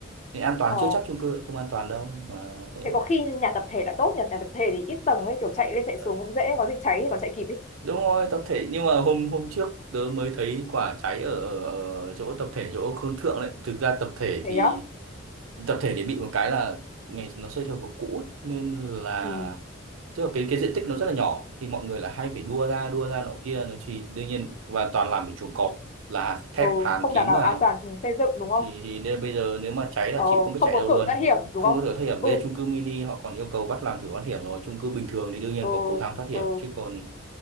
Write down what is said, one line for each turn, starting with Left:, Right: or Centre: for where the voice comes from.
Right: nên an toàn
Left: Ờ.
Right: chưa chắc chung cư không an toàn đâu mà đấy
Left: thế có khi nhà tập thể là tốt nhà nhà tập thể thì ít tầng ấy kiểu chạy lên chạy
Right: Ờ,
Left: xuống cũng dễ có gì cháy thì còn chạy kịp ấy
Right: đúng rồi tập thể nhưng mà hôm hôm trước tớ mới thấy quả cháy ở, ở, ở chỗ tập thể chỗ Khương Thượng đấy thực ra tập thể
Left: thế
Right: thì
Left: á
Right: tập thể thì bị một cái là ngày nó xây theo kiểu cũ ấy, nên là
Left: ừ.
Right: tức là cái cái diện tích nó rất là nhỏ thì mọi người lại hay phải đua ra đua ra nọ kia nó chỉ đương nhiên và toàn làm cái chuồng cọp là thép
Left: ừ
Right: hàn
Left: không
Right: kín
Left: đảm bảo
Right: vào
Left: an toàn xây dựng đúng không
Right: thì, thì nên bây giờ nếu mà cháy là
Left: ờ,
Right: chịu không biết
Left: không
Right: chạy
Left: có
Right: đâu
Left: cửa
Right: luôn
Left: thoát hiểm đúng
Right: không
Left: không
Right: có được thoát hiểm
Left: ừ
Right: đây chung cư mini họ còn yêu cầu bắt làm thử thoát hiểm rồi chung cư bình thường thì đương nhiên
Left: ừ
Right: có cầu thang thoát hiểm
Left: ừ
Right: chứ còn